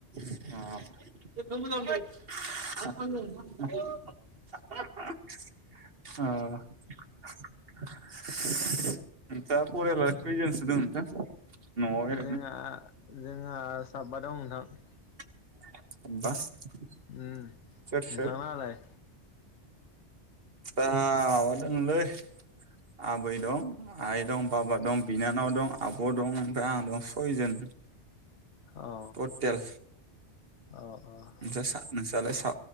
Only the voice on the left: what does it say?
जोंहा जोंहा साबाद दं नोंथां।
ओम
नोंथां
लाहालाय?
अ
अ
अ अ